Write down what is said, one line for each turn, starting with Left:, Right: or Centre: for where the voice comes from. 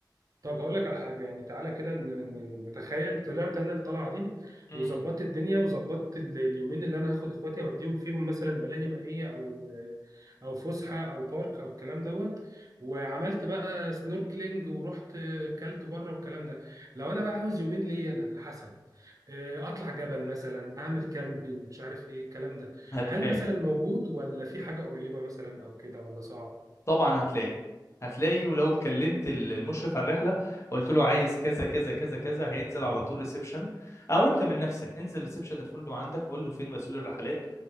Right: طب هقول لك على حاجة يعني تعالى كده ن- ن- نتخيل طلعت أنا الطلعة دي
Left: مم.
Right: وظبطت الدنيا وظبطت ال- اليومين اللي أنا هاخد إخواتي أوديهم فيهم مثلا ملاهي مائية أو أو فسحة أو بارك أو الكلام دوت وعملت بقى سنوركلينج ورحت كلت بره والكلام ده لو أنا بقى عاوز يومين ليا أنا لحسن آه، أطلع جبل مثلا أعمل كامبينج مش عارف إيه الكلام ده
Left: هتلاقي
Right: هل مثلا موجود ولا في حاجة قريبة مثلا أو كده ولا صعب؟
Left: طبعا هتلاقي هتلاقي ولو كلمت ال- المشرف على الرحله قلت له عايز كذا كذا كذا كذا هينزل على طول ريسبشن او انت من نفسك انزل ريسبشن الفندق عندك قول له فين مسؤول الرحلات